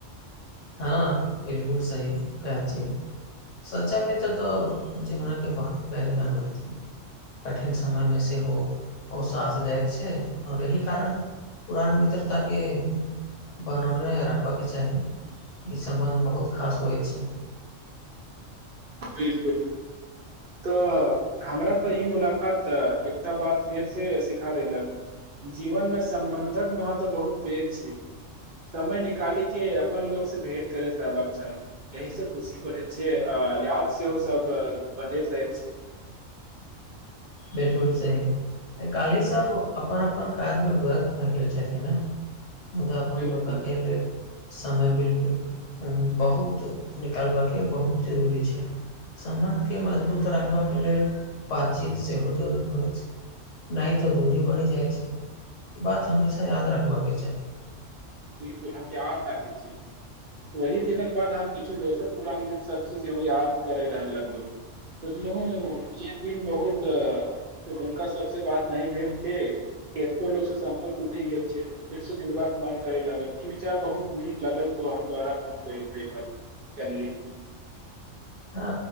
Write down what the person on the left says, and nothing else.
हँ बिलकुल सही कहै छी सचय में तऽ तऽ जीवनके बहुत पैघदान होइत छै कठिन समयमे सेहो ओ साथदैत छै आओर एहि कारण पुरान मित्रता के बनौने रखबाके चाही ई सम्बन्ध बहुत खास होय छै
बिलकुल सही काली सब अपन अपन काज में व्य्स्त भए गेल छथिन ह मुदा अपन
लोक के लेल समय बिलकुल बहुत निकालबाके बहुत जरूरी छै सम्बन्ध के मजबूत रखबाक लेल बातचीत सेहो जरूरी होइत छै नै तऽ दूरी बढ़ि जाइ छै ई बात हमेशा याद रखबाऽ के चाही
हँ